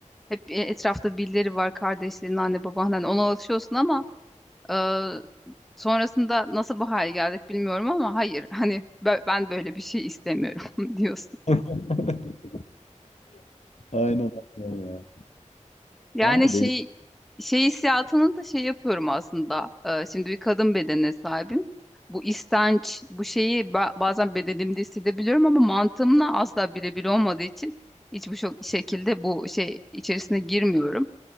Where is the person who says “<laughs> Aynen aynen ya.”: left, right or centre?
Left